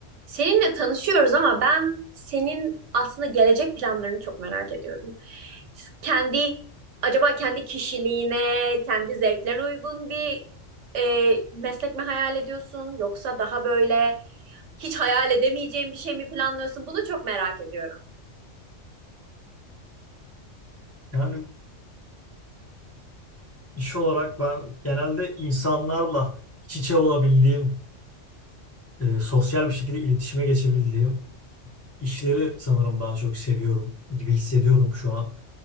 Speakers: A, on the right; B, on the left.
A: Seninle tanışıyoruz ama ben senin aslında gelecek planlarını çok merak ediyorum. Kendi acaba kendi kişiliğine, kendi zevklerine uygun bir e, meslek mi hayal ediyorsun yoksa daha böyle hiç hayal edemeyeceğin bir şey mi planlıyorsun? Bunu çok merak ediyorum.
B: Yani iş olarak ben genelde insanlarla iç içe olabildiğim, e, sosyal bir şekilde iletişime geçebildiğim işleri sanırım daha çok seviyorum gibi hissediyorum şu an.